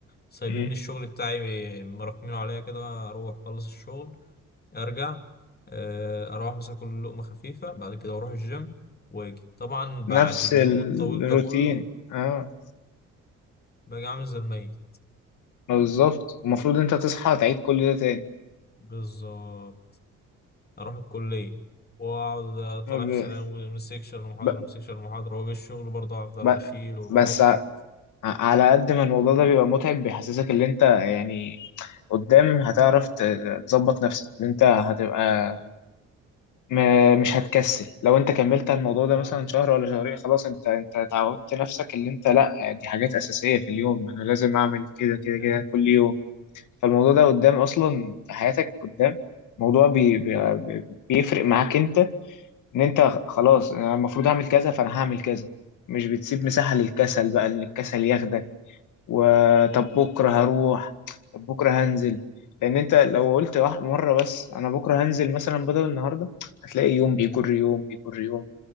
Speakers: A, on the left; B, on the left.
A: سايبين
B: مم.
A: لي الشغل بتاعي مراكمينه عليا كده أروح أخلص الشغل أرجع آه، أروح مثلا كل لقمة خفيفة بعد كده أروح الجيم وأجي طبعا بعد
B: نفس
A: اليوم
B: الروتين
A: الطويل ده كله
B: اه
A: باجي عامل زي الميت
B: بالظبط المفروض انت تصحى تعيد كل ده تاني
A: بالظبط اروح الكليه واقعد طالع
B: ب...
A: في سلام ومن سيكشن لمحاضره
B: ب...
A: من سيكشن لمحاضره واجي الشغل برضه افضل
B: ب...
A: اشيل واحط
B: بس ع- على قد ما الموضوع ده بيبقى متعب بيحسسك ان انت يعني قدام هتعرف ت- تظبط نفسك ان انت هتبقى م- مش هتكسل لو انت كملت على الموضوع ده
A: اه
B: مثلا شهر ولا شهرين خلاص انت انت تعودت نفسك اللي انت لا دي حاجات اساسيه في اليوم انا لازم اعمل كده كده
A: اي
B: كده كل يوم فالموضوع ده قدام اصلا في حياتك قدام موضوع بي بي بي- بيفرق معاك انت ان انت خلاص انا المفروض اعمل كذا فانا هعمل كذا مش بتسيب مساحه للكسل بقى ان الكسل ياخدك وطب بكره هروح طب بكره هنزل لان انت لو قلت واحد مره بس انا بكره هنزل مثلا بدل النهارده هتلاقي يوم بيجر يوم بيجر يوم